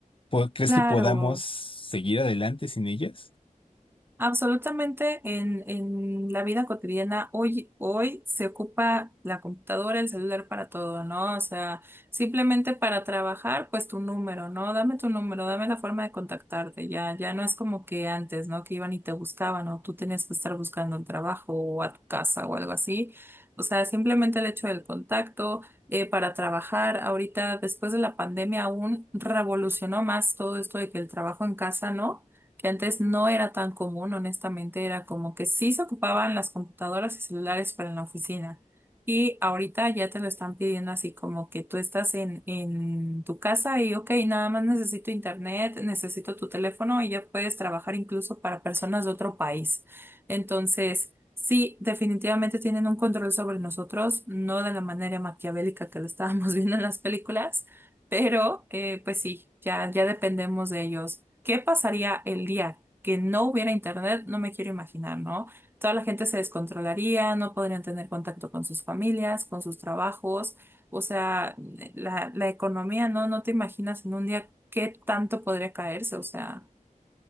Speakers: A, on the left; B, on the right.
A: ¿po- ¿crees
B: Claro.
A: que podamos seguir adelante sin ellas?
B: Absolutamente en, en la vida cotidiana, hoy, hoy se ocupa la computadora, el celular para todo, ¿no? O sea, simplemente para trabajar, pues tu número, ¿no? Dame tu número, dame la forma de contactarte, ya, ya no es como que antes, ¿no? Que iban y te buscaban, o tú tenías que estar buscando un trabajo o a tu casa o algo así. O sea, simplemente el hecho del contacto eh, para trabajar ahorita, después de la pandemia, aún revolucionó más todo esto de que el trabajo en casa, ¿no? que antes no era tan común, honestamente, era como que sí se ocupaban las computadoras y celulares para la oficina. Y ahorita ya te lo están pidiendo así como que tú estás en, en tu casa y, ok, nada más necesito internet, necesito tu teléfono y ya puedes trabajar incluso para personas de otro país. Entonces, sí, definitivamente tienen un control sobre nosotros, no de la manera maquiavélica que lo estábamos <laughs> viendo en las películas pero, eh, pues sí, ya, ya dependemos de ellos. ¿Qué pasaría el día que no hubiera internet? No me quiero imaginar, ¿no? Toda la gente se descontrolaría, no podrían tener contacto con sus familias, con sus trabajos. O sea, eh, la, la economía, ¿no? No te imaginas en un día qué tanto podría caerse. O sea,